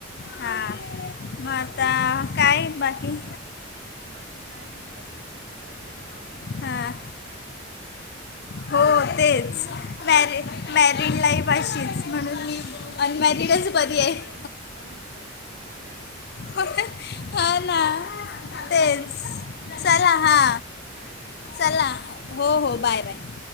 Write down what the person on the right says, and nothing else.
ठीक आहे
बोलू कं
बाकी काय नाही बघ आता चाललाय चहा वगैरे बनवायचं
बस बागे. काही नाही काम
वगैरे थोडीफार
आहेत.
कळेल
कळेल
तुला
कळेल कळेल तुला झाल्यावर.
चला
मग
ताई बाय बाय